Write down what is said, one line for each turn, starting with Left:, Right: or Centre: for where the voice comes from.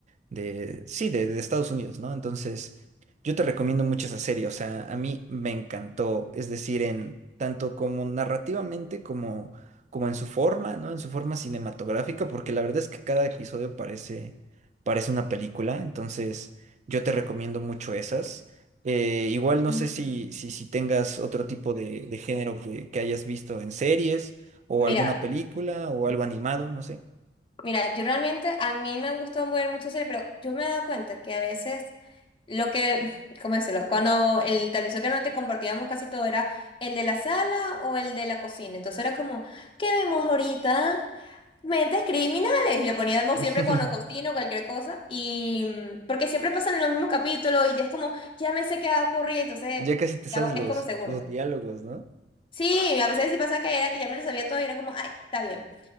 Right: de, sí, de, de Estados Unidos, ¿no? Entonces, yo te recomiendo mucho esa serie, o sea, a mí me encantó, es decir, en tanto como narrativamente como, como en su forma, ¿no? En su forma cinematográfica, porque la verdad es que cada episodio parece, parece una película, entonces yo te recomiendo mucho esas. Eh, igual no
Left: Ujú.
Right: sé si, si, si tengas otro tipo de, de género que, que hayas visto en series o
Left: Mira.
Right: alguna película o algo animado, no sé.
Left: Mira, yo realmente, a mí me han gustado mover mucho series, pero yo me he dado cuenta que a veces lo que, <laughs> ¿cómo decirlo? Cuando el televisor que no te compartíamos casi todo era el de la sala o el de la cocina. Entonces era como, ¿qué vemos ahorita? Mentes criminales. Y lo poníamos
Right: <laughs>
Left: siempre cuando cocino o cualquier cosa. Y mm, porque siempre pasan en los mismos capítulos y ya es como, ya me sé qué va a ocurrir, entonces
Right: Ya casi te
Left: ya
Right: sabes los,
Left: es como seguro.
Right: los diálogos, ¿no?
Left: Sí, a veces sí pasa que era que ya me lo sabía todo y era como, ay, está bien